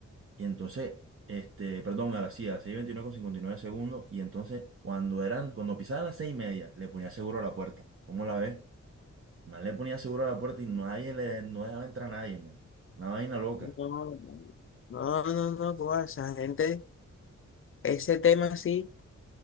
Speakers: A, on the right; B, on the left.
A: y entonces, este, perdón, a las, sí, a las 6:29 con 59 segundos. Y entonces, cuando eran, cuando pisaban las 6 y media, le ponía seguro a la puerta. ¿Cómo la ves? Más le ponía seguro a la puerta y nadie le, no dejaba entrar a nadie, man. Una vaina loca.
B: No, no, no, no, no, no, no, esa gente, ese tema sí.